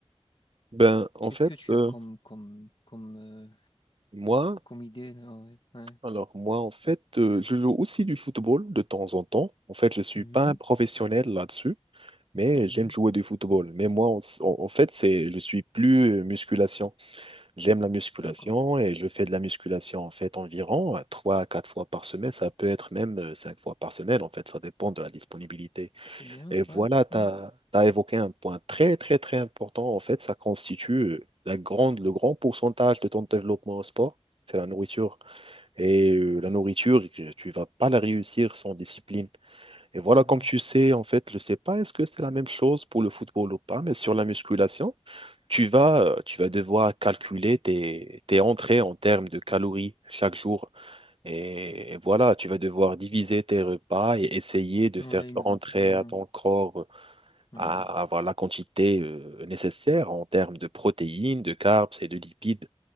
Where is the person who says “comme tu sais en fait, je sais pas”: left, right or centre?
Right